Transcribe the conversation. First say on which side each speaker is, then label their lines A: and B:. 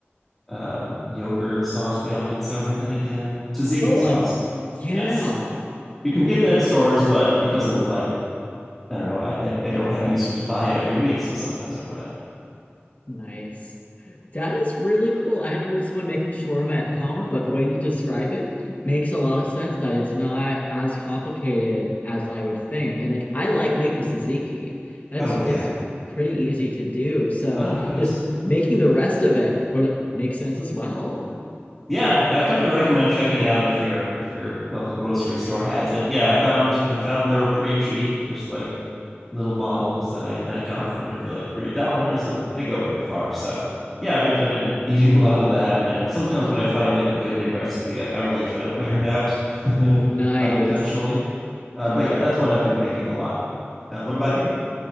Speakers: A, in the centre; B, on the left.
A: um yogurt sauce they often serve with that again tzatziki
B: Oh,
A: sauce.
B: uh, yeah.
A: Yes, you can get that at stores, but it doesn't like I don't know. I I, I don't have use to buy it every week, so sometimes I run out.
B: Nice. That is really cool. I hadn't heard of someone making shawarma at home, but the way you describe it makes a lot of sense that it's not as complicated as I would think. And like I like making tzatziki. That's
A: Oh yeah.
B: it's pretty easy to do. So
A: Oh, nice.
B: just making the rest of it would make sense as well.
A: Yeah, yeah, I definitely recommend checking out if your if your local grocery store has it. Yeah, I found they found they were pretty cheap, just like little bottles that I, I got for maybe like three dollars and they go pretty far. So yeah, I've been I've been <laughs> eating a lot of that and sometimes when I find like a good new recipe, I, I really try to wear it out <laughs>
B: Nice.
A: unintentionally. Uh,
B: Yeah.
A: but yeah, that's one I've been making a lot. Uh, what about you?